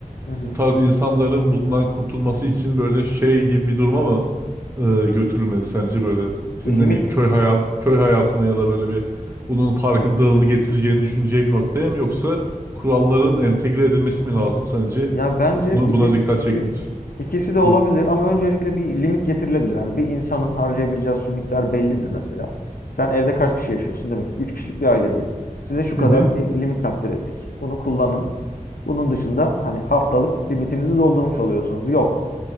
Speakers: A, on the left (about 85°); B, on the right (about 20°).
A: Hı hı.
B: Bu tarz insanların bundan kurtulması için böyle şey gibi bir duruma mı e, götürülmeli sence böyle işte
A: Bir limit
B: ne bileyim köy hayat köy hayatına ya da böyle bir bunun farkındalığını getireceğini düşüneceği bir noktaya mı yoksa kuralların entegre edilmesi mi lazım sence?
A: Ya bence
B: Bunu
A: ikisi
B: buna dikkat çekmek için.
A: ikisi de olabilir
B: Hı.
A: ama öncelikle bir limit getirilebilir. Hani bir insanın harcayabileceği su miktarı bellidir mesela. Sen evde kaç kişi yaşıyorsun? Demek ki 3 kişilik bir aile diyelim. Size şu kadar
B: Hı hı.
A: bir limit takdir ettik. Bunu kullanın. Bunun dışında hani haftalık limitinizi doldurmuş oluyorsunuz. Yok.